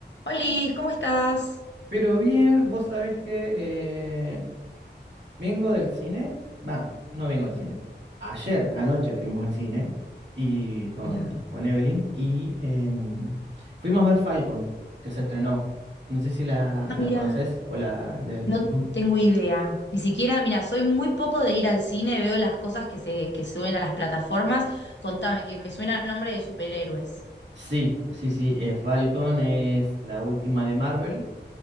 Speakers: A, on the left; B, on the right.
A: Holis, ¿cómo estás?
B: Pero bien, vos sabés que eh, vengo del cine. Va, no vengo del cine. Ayer, anoche fuimos al cine y con,
A: Mira,
B: con Evelyn y em, fuimos a ver Falcon, que se estrenó. No sé si la,
A: Ah,
B: la
A: Mira,
B: conoces o la del,
A: no
B: del mundo.
A: tengo idea. Ni siquiera, mira, soy muy poco de ir al cine, veo las cosas que se que suben a las plataformas. Contame, que me suena el nombre de superhéroes.
B: Sí, sí, sí. eh, Falcon es la última de Marvel.